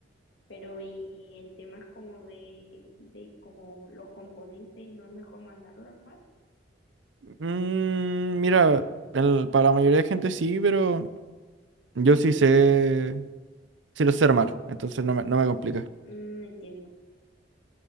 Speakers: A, on the left; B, on the right.
A: Pero y en temas como de, de como los componentes, ¿no es mejor mandarlo a armar?
B: Mm, mira, el- para la mayoría de gente sí, pero yo sí sé, sí lo sé armar, entonces no me, no me complica.
A: Mm, entiendo.